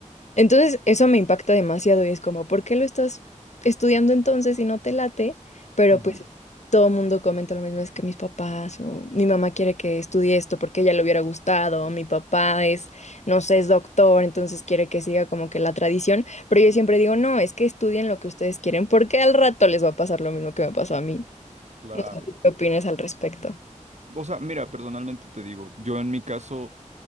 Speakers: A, on the left; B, on the right.
A: Entonces, eso me impacta demasiado y es como, ¿por qué lo estás estudiando entonces si no te late? Pero
B: ujú.
A: pues todo el mundo comenta lo mismo, es que mis papás o mi mamá quiere que estudie esto porque a ella le hubiera gustado, o mi papá es, no sé, es doctor, entonces quiere que siga como que la tradición, pero yo siempre digo, no, es que estudien lo que ustedes quieren porque al rato les va a pasar lo mismo que me pasó a mí.
B: Claro.
A: No sé tú qué opinas al respecto.
B: O sea, mira, personalmente te digo, yo en mi caso,